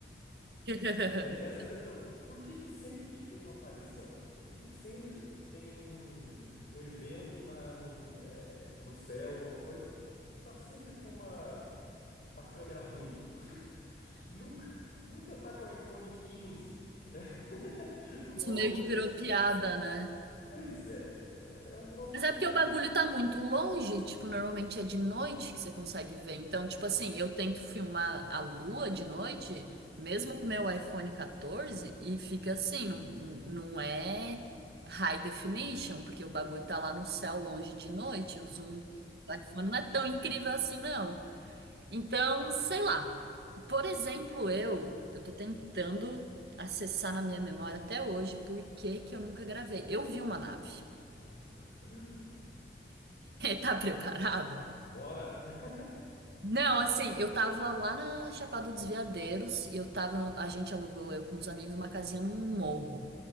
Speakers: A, on the right; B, on the left.
A: <laughs>
B: É é essa questão. Por que que sempre que tem uma aparição, por que que sempre tem um, um evento na, no, é, no céu, alguma coisa, tá sempre com uma, uma câmera ruim? <laughs> Nunca, nunca tá com o iPhone 15, né? <laughs> Com
A: Isso
B: alta
A: meio que
B: resolução.
A: virou piada, né?
B: Pois é, é, é um troço
A: Mas
B: que.
A: é porque o bagulho tá muito longe, tipo, normalmente é de noite que você consegue ver. Então, tipo assim, eu tento filmar a lua de noite, mesmo com o meu iPhone 14, e fica assim, não, não
B: Hum,
A: é high definition, porque o bagulho tá lá no céu longe de noite, o zoom do iPhone não é tão incrível assim, não. Então, sei lá. Por exemplo, eu, eu tô tentando acessar na minha memória até hoje por que que eu nunca gravei. Eu vi uma nave.
B: Olha! <gasps>
A: <laughs> Tá preparado?
B: Bora! <laughs>
A: Não, assim, eu tava lá na Chapada dos Veadeiros e eu tava, no- a gente alugou, eu com uns amigos, uma casinha num morro.